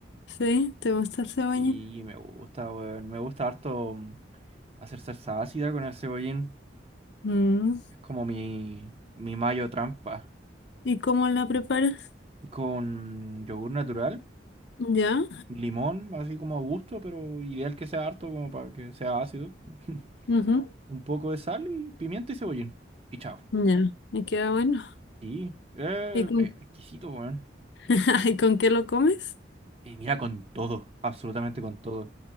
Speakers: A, on the left; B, on the right.
A: Sí, ¿te gusta el cebolla?
B: Sí, me gusta, weón. Me gusta harto mm, hacer salsa ácida con el cebollín.
A: Mm.
B: Es como mi, mi mayo trampa.
A: ¿Y cómo la preparas?
B: Con yogur natural,
A: ¿Ya?
B: limón, así como a gusto, pero ideal que sea harto como para que sea ácido.
A: Ujú,
B: <laughs> Un poco de sal y pimienta y cebollín. Y chao.
A: Ya, me queda bueno.
B: Sí, eh,
A: ¿Y con,
B: eh, exquisito, weón.
A: <laughs> ¿y con qué lo comes?
B: Eh, mira, con todo, absolutamente con todo.